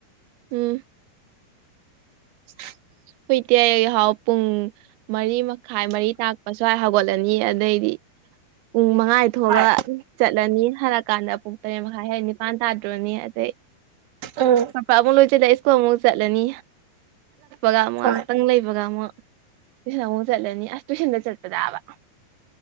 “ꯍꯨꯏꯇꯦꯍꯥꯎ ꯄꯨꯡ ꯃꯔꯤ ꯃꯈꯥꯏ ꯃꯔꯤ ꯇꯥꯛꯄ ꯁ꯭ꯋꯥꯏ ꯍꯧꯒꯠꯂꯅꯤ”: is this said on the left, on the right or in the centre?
Right